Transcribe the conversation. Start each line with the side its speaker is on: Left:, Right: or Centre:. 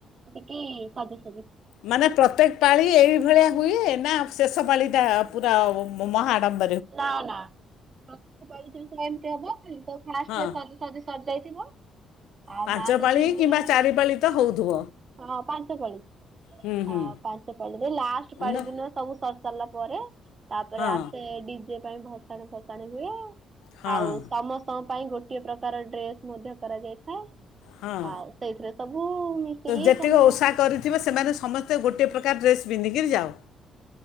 Right: ଇ ସବୁ।
Left: ମାନେ ପ୍ରତ୍ୟେକ ପାଳି ଏଇଭଳିଆ ହୁଏ। ନା ଶେଷ ପାଳି ଟା ପୁରା ମହାଆଡ଼ମ୍ୱର
Right: ନା ନା। ସେମିତି କେମିତି ହବ। ତ ଫାଷ୍ଟ
Left: ହଁ
Right: ରେ ସଜ ସଜି ସଜାଇ ଥିବ। ଆଉ
Left: ପାଞ୍ଚ
Right: ମା ତ
Left: ପାଳି
Right: ଥିବେ।
Left: କିମ୍ବା ଚାରି ପାଳି ତ ହେଉଥିବ
Right: ହଁ ପାଞ୍ଚ ପାଳି
Left: ହୁଁ
Right: ହଁ
Left: ହୁଁ
Right: ପାଞ୍ଚ ପାାଳିରେ ଲାଷ୍ଟ ପାଳି
Left: ନା
Right: ଦିନ ସବୁ ସରିଲା ପରେ। ତାପରେ
Left: ହଁ
Right: ଆସେ ଜ ପାଇଁ ଭସାଣି ଭସାଣି ହୁଏ।
Left: ହଁ
Right: ଆଉ ସମସ୍ତଙ୍କ ପାଇଁ ଗୋ କେତେ ପ୍ରକାର ଡ୍ରେସ ମଧ୍ୟ କରାଯାଇଥାଏ।
Left: ହଁ
Right: ଆଉ ସେଇଥିରେ ସବୁ ମିଶିକି
Left: ଯେତିକି
Right: ସବୁ
Left: ଓଷା କରିଥିବେ ସେମାନେ ସମସ୍ତେ ଗୋଟେ ପ୍ରକା ଏକା ଡ୍ରେସ୍ ପନ୍ଧିକି ଯାଅ।